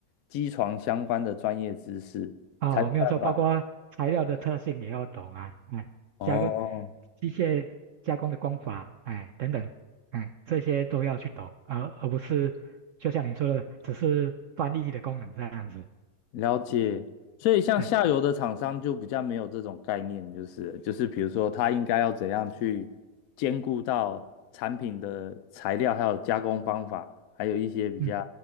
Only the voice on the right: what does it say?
哦，
没有错，包括材料的特性也要懂啊，哎，
加工机械加工的工法，哎，等等，哎，这些都要去懂，而而不是就像你说的，只是翻译的功能这样子。
对，
嗯，